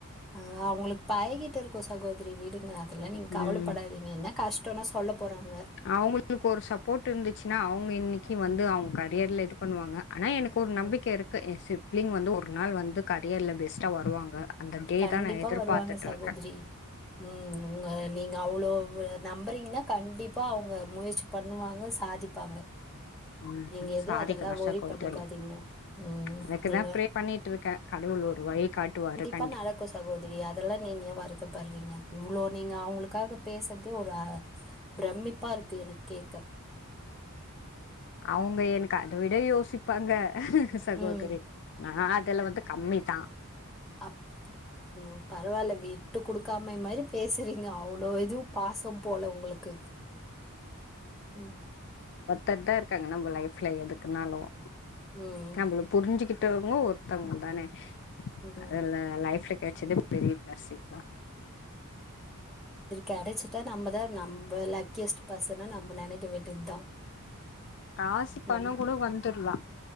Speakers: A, in the centre; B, on the left.
A: ஆஹ் அவ்ங்களுக்கு பழகிட்ட இருக்கு சகோதரி விடுங்க அதெல்லாம் நீங்க கவலப்படாதீங்க
B: ம்
A: என்ன கஷ்டோனா சொல்ல போறாங்க
B: அவங்களுக்கு ஒரு சப்போர்ட் இருந்துச்சுன்னா அவுங் இன்னைக்கு வந்து
A: ம்,
B: அவுங்க கரியர்ல இது பண்ணுவாங்க ஆனா எனக்கு ஒரு நம்பிக்க
A: ம்.
B: இருக்கு எ சிப் பிளிங் வந்து ஒரு நாள் வந்து கரியர்ல பெஸ்ட்டா வருவாங்க அந்த டே
A: கண்டிப்பா
B: தா நா எதிர்பாத்துட்டு
A: வருவாங்க சகோதரி
B: இருக்கே
A: உம் உங்க நீங்க அவ்ளோ நம்புறீங்கன்னா கண்டிப்பா அவங்க முயற்சி பண்ணுவாங்க சாதிப்பாங்க
B: உம்
A: நீங்க எதுவும்
B: சாதிக்க
A: அதெல்லாம்
B: நஷா
A: ஒரி
B: கோத்தாரி
A: பண்ணிக்காதீங்க. ம்.
B: அதுக்குதா
A: நீங்க
B: ப்ரே பண்ணிட்டு இருக்கே கடவுள் ஒரு வழி காட்டுவாருனு
A: ப்ப நடக்கு சகோதரி அதெல்லா நீங்க வருத்தப்படுறீங்க இவ்வளோ நீங்க அவங்களுக்கு க்காக பேசறதே ஒரு பிரமிப்பா இருக்கு எனக்கு கேக்க
B: அவங்க எனக்கு அத விட யோசிப்பாங்க சகோதரி
A: ம்.
B: நா அதுல்ல வந்து கம்மி தா
A: அப் உம் பரவால்ல விட்டு குடுக்காம அம்மை மாதிரி பேச சரிங்க அவ்ளோ எதும் பாசம் போல உங்களுக்கு உம்
B: தத்தா இருக்காங்க நம்ம லைஃப்ல எதுக்குனாலும்
A: ம்
B: நம்மள புரிஞ்சுகிட்டவங்க ஒரு தங்கந்தானே
A: ம்
B: அதல்ல லைஃப் ல கெடச்சதே பெரிய ப்ளஸ் இது தா
A: கெடைச்சிட்டா நம்மதா நம்ம லக்கியஸ்ட் பர்சன நம்ம நெனைக்க வேண்டியதுதா
B: காசு
A: நம்
B: பணங் கூட வந்துர்லா